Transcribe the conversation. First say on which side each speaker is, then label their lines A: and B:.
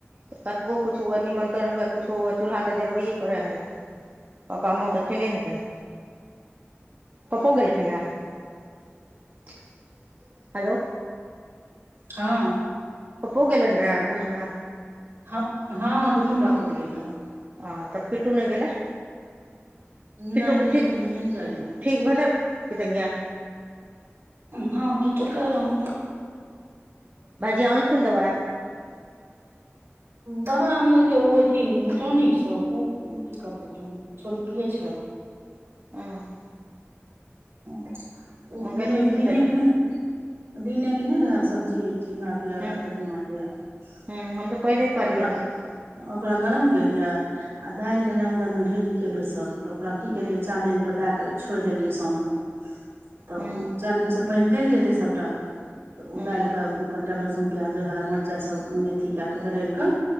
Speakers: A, on the right; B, on the right.
A: तऽ कबो किछुए निमन्त्रण हुए किछो हुए चूल्हा तऽ जरबैए पड़ै अछि पप्पा माँ तऽ अखेले हेतनि पप्पो गेललखिड ररहै हेलो
B: हँ
A: पप्पो गेलनि रहे भोजमे
B: हँ हँ दुनू बापूत गेल रहय
A: ह तब कीटू नहि गेलल कीटटु
B: नहि किट्टू
A: ठीक
B: तऽ नहिये ने जाइया
A: भेलल पित्ंगिया
B: हँ किटु कहै रहलि है
A: भाईजी आनलखी दवाई <unintelligible>
B: तबे आनलकै ओ अथ टौनिक सब <unintelligible> छोरी पियै छै
A: <unintelligible>
B: <unintelligible> ओ
A: मङ्गेलखिन
B: नै दिने
A: सुतय लए
B: केँ नै <inaudible> दिने केँ नै रहै सब्जी झिगा केँ
A: हूँ
B: आ कदीमा केँ
A: हूँ
B: <inaudible>
A: हम तऽ पहिले कहलियै
B: ओकरा
A: रहए
B: ओकरा गरम केलियै आ दाइल रहै अन्दरमे ढेरिके बैसल तऽ ओकरा की
A: हूँ
B: केलियै चालैन पर दै कऽ छोड़ देलियै साँझमे <inaudible> तऽ
A: हूँ
B: ओ चालैनस पाइन गड़ि गेलै सभटा <inaudible> तऽ ओ
A: हूँ
B: दाइल कऽ कनिटा लहसुन प्याज हरा मिरचाइ सभ अथि कए कऽ दरड़ि कऽ